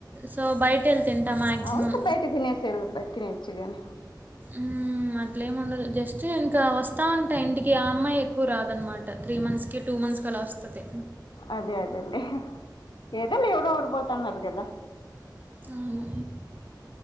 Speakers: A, on the right; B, on the left.
A: సో బయట వెళ్ళి తింటా మ్యాక్సిమం
B: అవుంత బయట తినే సేల్ బట్ తినేయొచ్చుగానే
A: ఉ అట్లేముండదు జస్ట్ ఇంకా వస్తా ఉంటా ఇంటికి ఆ అమ్మాయి ఎక్కువ రాదనమాట త్రీ మంత్స్కి కీ టూ మంత్స్ కలా వస్తది
B: అదే అదేలే ఏదోలే ఎవరోగరు పోతుండారూ గదా
A: అవును